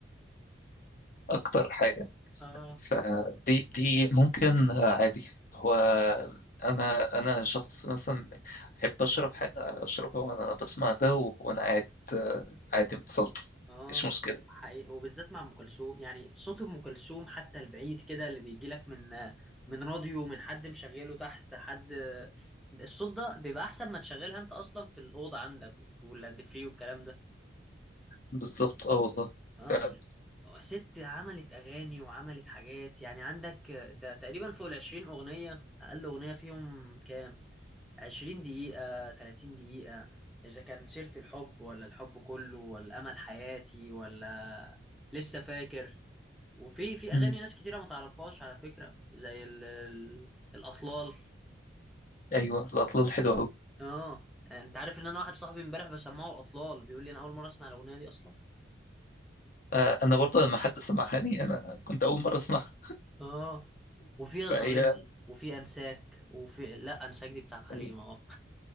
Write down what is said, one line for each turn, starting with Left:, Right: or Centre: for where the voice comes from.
Left: أكتر حاجة
Centre: اه
Left: فدي دي ممكن آه، عادي هو أنا أنا شخص مثلا أحب أشرب حاجة أشربها وأنا بسمع ده و- وأنا قاعد آه، عادي متصلت
Centre: اه
Left: مش مشكلة
Centre: حقيقي وبالذات مع ام كلثوم يعني صوت ام كلثوم حتى البعيد كده اللي بيجي لك من من راديو من حد مشغله تحت حد الصوت ده بيبقى احسن ما تشغلها انت اصلا في الاوضه عندك واللاند فري والكلام ده
Left: بالظبط اه والله
Centre: اه
Left: فعلا.
Centre: يعني ست عملت اغاني وعملت حاجات يعني عندك ده تقريبا فوق العشرين اغنيه اقل اغنيه فيهم كام 20 دقيقة 30 دقيقة إذا كان سيرة الحب ولا الحب كله ولا أمل حياتي ولا لسه فاكر وفي في
Left: مم.
Centre: أغاني ناس كتيرة ما تعرفهاش على فكرة زي ال... ال... الأطلال
Left: أيوه الأطلال حلوة أوي
Centre: آه أنت عارف إن أنا واحد صاحبي إمبارح بسمعه الأطلال بيقول لي أنا أول مرة أسمع الأغنية دي أصلا
Left: آه، انا برضه لما حد سمعها لي انا كنت اول مره اسمعها
Centre: آه وفيها
Left: فهي
Centre: ظالمني وفي أنساك وفي لا أنساك دي بتاع حليم
Left: هي-
Centre: أهو